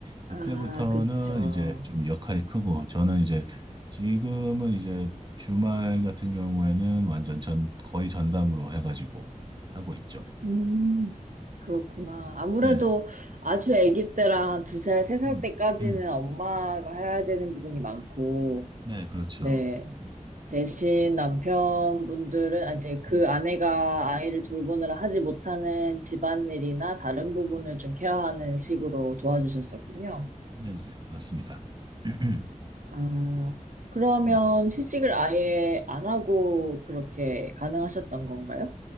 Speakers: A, on the right; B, on the right.
A: 그때부터는
B: 아, 그쵸.
A: 이제 좀 역할이 크고, 저는 이제 지금은 이제 주말 같은 경우에는 완전 전, 거의 전담으로 해가지고 하고 있죠.
B: 음, 그렇구나. 아무래도
A: 네.
B: 아주 아기 때랑 한 두 살, 세 살
A: 음,
B: 때까지는
A: 음.
B: 엄마가 해야 되는 부분이 많고,
A: 네, 그렇죠.
B: 네.
A: 음,
B: 대신 남편분들은 아, 이제 그
A: 음,
B: 아내가 아이를 돌보느라 하지 못하는 집안일이나 다른 부분을
A: 음.
B: 좀 케어하는 식으로 도와주셨었군요.
A: 네네, 맞습니다. <clears throat>
B: 아, 그러면
A: 음.
B: 휴직을 아예 안 하고 그렇게 가능하셨던 건가요?